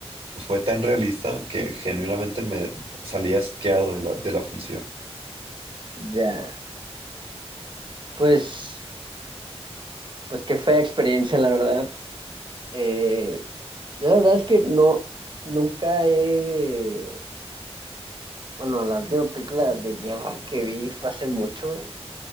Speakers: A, on the right; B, on the right.
A: Fue tan realista que genuinamente me salí asqueado de la, de la función.
B: ya. Pues, pues qué fea experiencia, la verdad. Eh, yo la verdad es que no, nunca he... Bueno, la última película de guerra que vi fue hace mucho